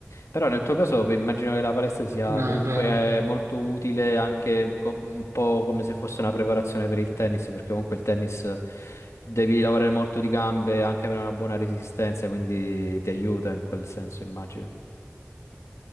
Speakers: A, on the left; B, on the right.
A: Però nel tuo caso beh, immagino che la palestra sia
B: No,
A: comunque
B: è vero.
A: eh, molto utile anche co- un po' come se fosse una preparazione per il tennis, perché comunque il tennis devi lavorare molto di gambe e anche avere una buona resistenza, quindi ti aiuta in quel senso, immagino.